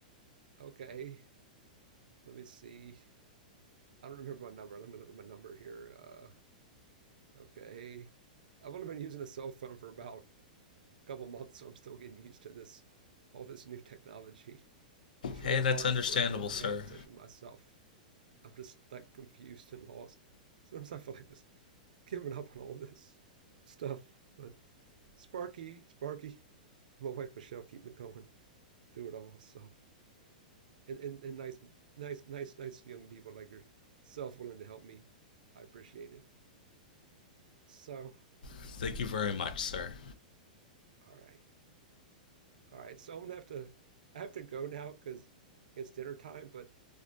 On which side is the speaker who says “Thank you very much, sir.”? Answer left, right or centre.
Left